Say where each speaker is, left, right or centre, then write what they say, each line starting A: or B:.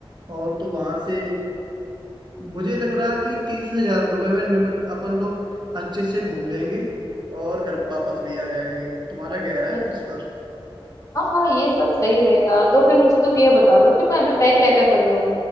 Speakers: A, on the right; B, on the left.
A: और तो वहां से मुझे लग रहा है कि तीस हजार रुपये में निपट अपन लोग अच्छे से घूम लेंगे और घर वापस भी आ जाएंगे तुम्हारा क्या इरादा
B: क्या
A: है इस पर
B: हाँ हाँ ये सब सही रहेगा तो फिर मुझे तुम ये बता दो कि मैं अभी पैक क्या क्या कर लूँ